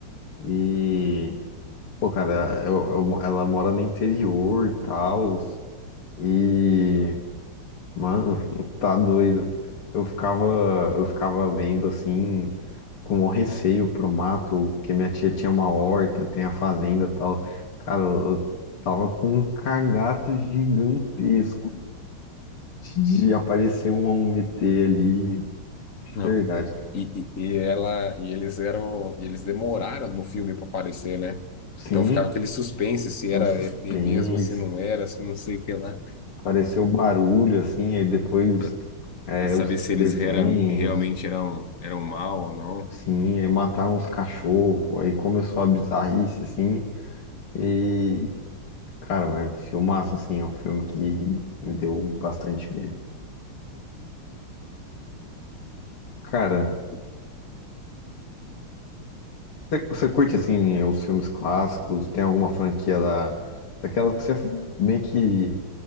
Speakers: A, on the left; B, on the left.
A: e, pô, cara, eu- eu- ela mora no interior e tal, e, mano, <laughs> tá doido. Eu ficava, eu ficava vendo assim, com o receio pro mato, que minha tia tinha uma horta, tem a fazenda e tal. Cara, eu, eu tava com um cagaço gigantesco de de aparecer um, um ET ali, de
B: Não.
A: verdade.
B: E, e, e ela e eles eram e eles demoraram no filme para aparecer, né?
A: Sim.
B: Então ficava aquele suspense se
A: um
B: era
A: suspense,
B: ET mesmo, se não era, se não sei o que lá,
A: apareceu barulho, assim, aí depois
B: para
A: é,
B: pra saber
A: os
B: se
A: desenhos,
B: eles era, realmente eram eram mal ou não.
A: sim, aí mataram os cachorros, aí começou a bizarrice, assim, e, cara, mas é um filmaço, assim, é um filme que me deu bastante medo. Cara,
B: Não.
A: você curte, assim, os filmes clássicos, tem alguma franquia da, daquelas que você meio que,